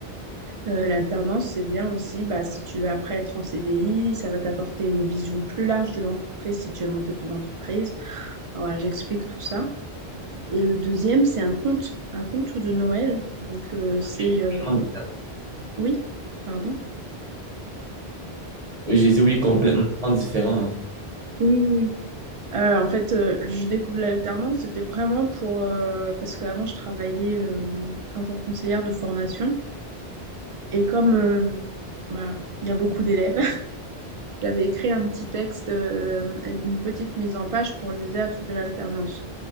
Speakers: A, on the right; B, on the right.
A: euh, l'alternance, c'est bien aussi, bah, si tu veux après être en CDI, ça va t'apporter une vision plus large de l'entreprise si tu veux monter ton entreprise. Alors, Voilà, j'explique tout ça. Et le deuxième, c'est un conte, un conte de Noël. Donc, euh, c'est...
B: Ok, complètement
A: euh,
B: différent.
A: Oui, pardon.
B: Oui, j'ai dit oui, complètement différent. hein.
A: Oui, oui, oui. Euh, en fait, euh, je découvre l'alternance, c'était vraiment pour... euh, parce qu'avant, je travaillais euh, en tant que conseillère de formation. Et comme euh, bah, il y a beaucoup d'élèves, <laughs> j'avais écrit un petit texte, euh, une petite mise en page pour les aider à trouver l'alternance.